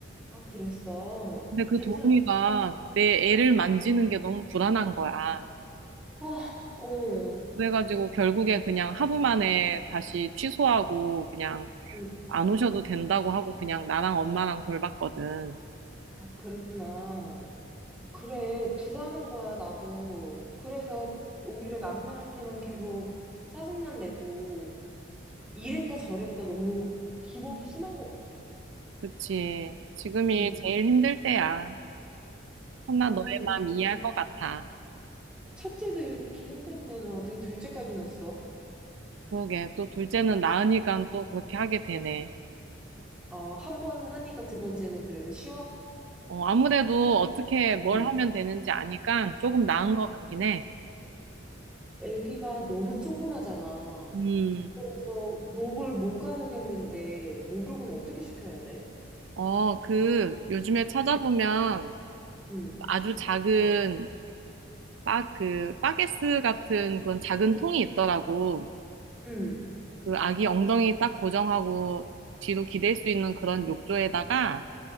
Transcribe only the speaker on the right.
근데 그
도우미가 내 애를 만지는 게 너무 불안한 거야.
그래가지고 결국에 그냥 하루 만에 다시 취소하고 그냥
안 오셔도 된다고 하고 그냥 나랑 엄마랑 돌봤거든.
그치. 지금이
제일 힘들 때야. 혼나
너의
마음
이해할 것 같아.
그러게. 또 둘째는 나으니까 또 그렇게 하게 되네.
어, 아무래도 어떻게 뭘
하면 되는지 아니까 조금 나은 것 같긴 해.
음,
어, 그, 요즘에 찾아보면
아주 작은, 빠, 그, 빠게스 같은 그런 작은 통이 있더라고.
그 아기 엉덩이 딱 고정하고 뒤로 기댈 수 있는 그런 욕조에다가